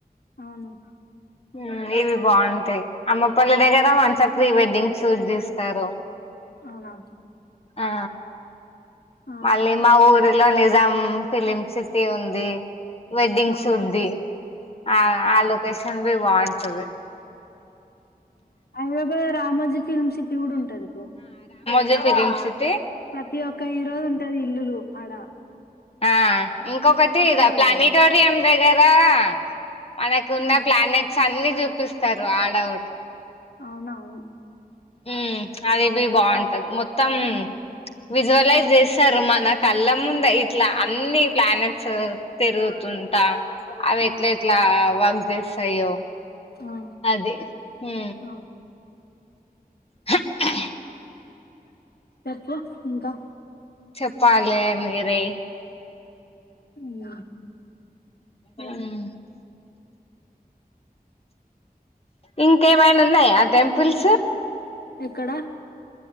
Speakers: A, on the left; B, on the left.
A: అవును
B: ఉ ఇవి బాగుంటాయి అమ్మపల్లి దగ్గర మంచ ప్రీ వెడ్డింగ్ షూట్ తీస్తారు.
A: అవునా
B: ఆ
A: ఆ
B: మళ్ళీ మా ఊరిలో నిజం ఫిలిమ్ సిటీ ఉంది. వ వెడింగ్
A: ఆహా
B: సూట్ది ఆ ఆ లోకషన్ భే వాయింటది
A: ఐబాబో రామజ ఫిల్మ్ సిటీ కూడా ఉంటది ఇకు
B: పెరు
A: ప్రతి ఒక్క హీరో ఉంటది ఇల్లులు. అడ
B: ఆ ఇంకొకటి ఇద
A: పోయినాము
B: ప్లానిటోరియం దగ్గర. ఆ మనకు ఉన్న
A: ఆ,
B: ప్లానెట్ చన్ని చూపిస్తారు ఆడ ఒకటి
A: అవునవును
B: ఉ అది బి బాగుంటది మొత్తం మొత్తం
A: ఆ,
B: విజువలైజ్ చేసి సారు మన కళ్ళ ముందయి ఇట్లా అన్ని ప్లానెట్స్ తిరుగుతుంటా. ఆవి
A: ఆ,
B: ఎట్లే ఎట్లా వర్క్ చేస్తాయో
A: ఆ,
B: అదే ఉ
A: ఆ.
B: హే హా
A: చెప్పు ఇంకా
B: చేప్పాలే మీరే
A: మ్మ్
B: ఉమ్ ఇంకేవైనా ఉన్నయా టెంపుల్స్
A: ఎక్కడా